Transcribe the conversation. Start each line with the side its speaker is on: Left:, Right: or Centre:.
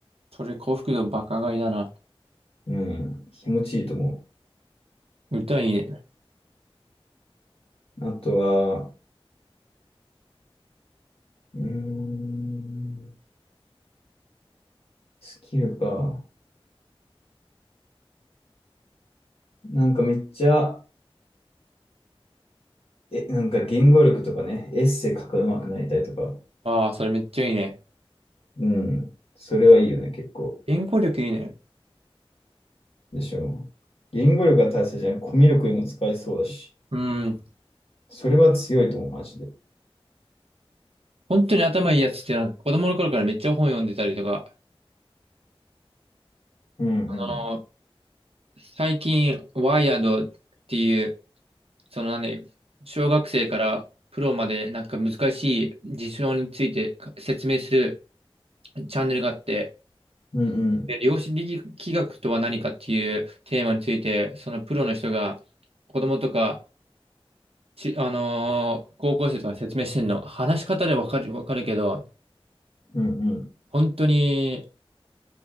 Right: それ幸福度バカ買いだな。
Left: うん。気持ちいいと思
Right: 歌いいね。
Left: う。あとは、うーん。スキルか。なんかめっちゃ、え、なんか言語力とかね、エッセイ書くの上手くなりたいとか。
Right: ああ、それめっちゃいいね。
Left: うん。それはいいよね、結構。
Right: 言語力いいね。
Left: でしょう。言語力が大切じゃない。コミュ力にも使えそうだし。
Right: うん。
Left: それは強いと思う、マジで。
Right: 本当に頭いいやつってなんか子供の頃からめっちゃ本読んでたりとか、
Left: うんうん。
Right: あのー最近、ワイヤードっていう、その何、小学生からプロまでなんか難しい事象について説明するチャンネルがあって、
Left: うんう
Right: で、量子力学とは何かっていうテーマについて、
Left: ん。
Right: そのプロの人が子供とか、ち、あのー高校生とかに説明してんの、話し方でわかる、わかるけど、
Left: うんうん。
Right: 本当に